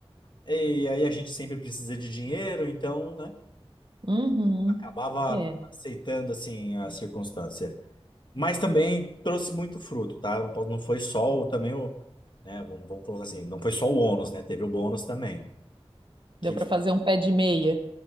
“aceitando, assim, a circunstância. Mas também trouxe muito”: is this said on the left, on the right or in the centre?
Left